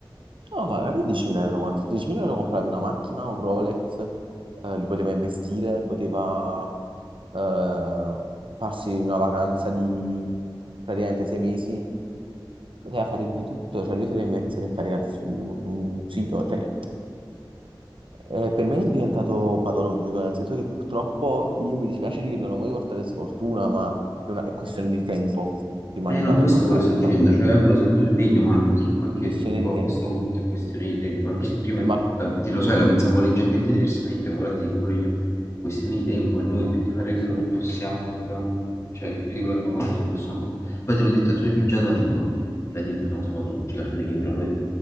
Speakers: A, on the right; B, on the left.
A: No, ma per 10.000 euro quanto? 10.000 euro compravi una macchina, un Rolex, eh, li poteva investire, poteva eh, farsi una vacanza di praticamente sei mesi, poteva fare di tutto, cioè lui se l'è se l'è caricati su, su un sito, cioè Eh, per me è diventato patologico, nel senso che purtroppo io mi dispiace dirlo, non voglio portare sfortuna, ma è, una, è questione di tempo prima
B: Eh
A: che vada
B: no, questo
A: in bancarotta.
B: è quello che sto dicendo, cioè auguro sempre il meglio, ma purtroppo anche
A: Questione
B: io ti dico,
A: di tempo.
B: a questo punto è questione di tempo, anche se prima
A: Ma
B: ti, la- ti- lo sai, la pensavo leggermente diversamente, ma ora ti dico pure io, è questione di tempo e noi
A: ecco,
B: più di fare quello
A: sì. No,
B: che possiamo, non abbiamo, cioè più di quello che abbiamo fatto non possiamo fare. Poi te l'ho detto, se lui già da prima era diventata una cosa patologica, cioè non è che ora lo è,